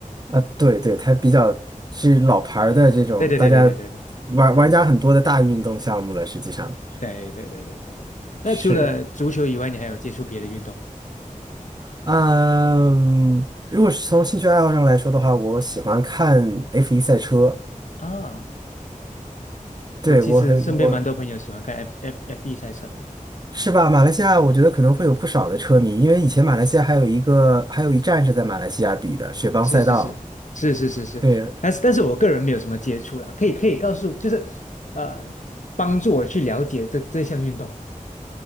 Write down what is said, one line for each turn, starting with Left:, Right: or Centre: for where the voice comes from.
Right: 啊，对对，它比较是老牌儿的这种，
Left: 对对对对对对
Right: 大家玩玩家很多的大运动项目了，实际上
Left: 对对对对对对对。那除了足球以外，
Right: 是，
Left: 你还有接触别的运动吗？
Right: 嗯，如果是从兴趣爱好上来说的话，我喜欢看 F1 赛车，
Left: 啊，
Right: 对，
Left: 我其实身边蛮多朋友喜欢看
Right: 我很我
Left: F F F 一赛车的。
Right: 是吧？马来西亚我觉得可能会有不少的车迷，因为以前马来西亚还有一个还有一站是在马来西亚比的雪邦赛道，
Left: 是是是是是是是，
Right: 对。
Left: 但是但是我个人没有什么接触啦，可以可以告诉，就是呃，帮助我去了解这这项运动。